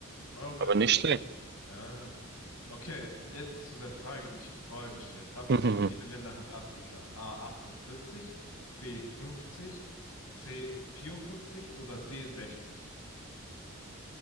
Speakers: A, on the left; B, on the right.
A: Okay.
B: Aber nicht schlecht.
A: Ja, ja. Okay, jetzt zu der Frage, die ich vorher gestellt habe.
B: <laughs>
A: Wie viele Länder hat Afrika? A 48, B 50, C 54 oder D 60?